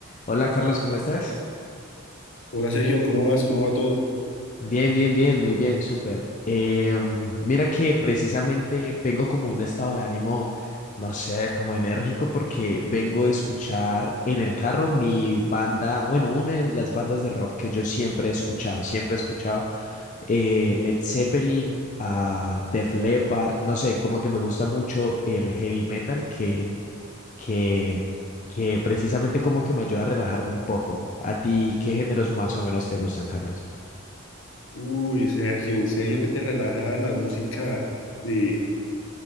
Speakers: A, on the left; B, on the left.
A: Hola Carlos, ¿cómo estás?
B: Hola Sergio, ¿cómo vas? ¿Cómo va todo?
A: Bien, bien, bien, muy bien, súper. Eh, mira que precisamente vengo como un estado de ánimo, no sé, como enérgico, porque vengo de escuchar en el carro mi banda, bueno, una de las bandas de rock que yo siempre he escuchado, siempre he escuchado eh, Led Zeppelin, a Def Leppard, no sé, como que me gusta mucho el heavy metal que que, que precisamente como que me ayuda a relajarme un poco. ¿A ti qué géneros más o menos te gustan, Carlos?
B: Uy, Sergio, ¿en serio que te relaja la música de,